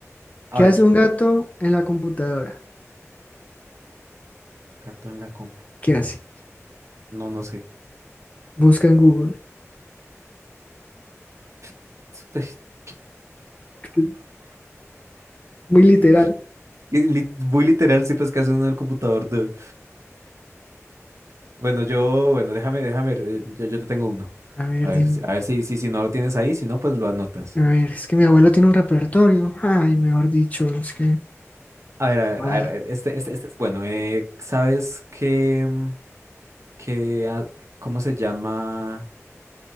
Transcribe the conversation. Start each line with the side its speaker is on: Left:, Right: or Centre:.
Right: A
Left: ¿Qué
Right: ver.
Left: hace un gato en la computadora?
Right: Gato en la compu.
Left: ¿Qué hace?
Right: No, no sé.
Left: Busca en Google.
Right: <laughs>
Left: <laughs> Muy literal.
Right: Que- que li- Muy literal, sí, pues que hace uno en el computador. de- Bueno, yo, bueno, déjame, déjame, eh, yo, yo te tengo uno.
Left: A ver,
Right: A ver,
Left: dime.
Right: si- a ver si, si, si no lo tienes ahí, si no, pues lo anotas.
Left: A ver, es que mi abuelo tiene un repertorio. Ay, mejor dicho, es que...
Right: A ver, a
Left: Madre.
Right: ver, a ver, eh, este, este, este es bueno. Eh, ¿sabes qué, mm, qué, a- cómo se llama?